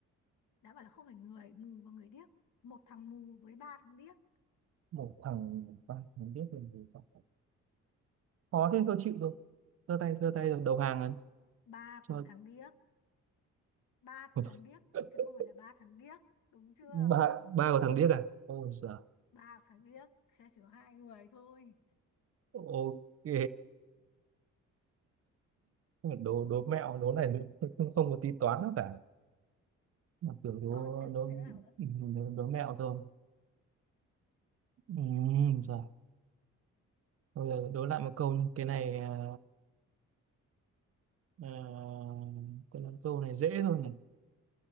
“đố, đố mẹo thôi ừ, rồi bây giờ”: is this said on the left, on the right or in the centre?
Right